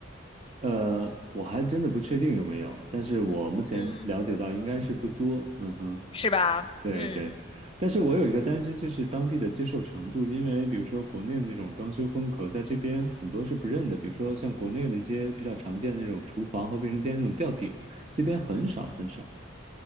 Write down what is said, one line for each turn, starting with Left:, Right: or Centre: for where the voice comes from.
Right: 呃，我还真的不确定有没有，但是我目前了解到应该是不多，
Left: 嗯，
Right: 嗯哼。
Left: 是吧？
Right: 对对，
Left: 嗯。
Right: 但是我有一个担心，就是当地的接受程度，因为比如说国内的那种装修风格，在这边很多是不认的，比如说像国内的一些比较常见的那种厨房和卫生间那种吊顶，这边很少很少。